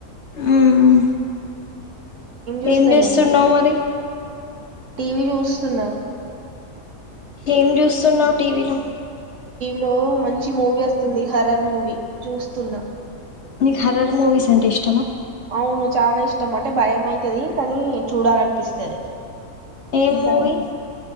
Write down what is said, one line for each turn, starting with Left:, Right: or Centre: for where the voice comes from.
Left: ఉమ్
Right: చూస్తున్నావ్
Left: ఏం జేస్తూన్నావు
Right: నువ్వు
Left: మరి?
Right: టీవీ చూస్తున్నా.
Left: ఏం చూస్తున్నావు టీవీలో?
Right: లో మంచి మూవీ వస్తుంది, హర్రర్ మూవీ చూస్తున్నా.
Left: మీక్ హర్రర్ మూవీస్ అంటే ఇష్ట
Right: అవును చాలా ఇష్టం అంటే భయమయితది కానీ చూడాలనిపిస్తది.
Left: ఏం మూవీ
Right: హర్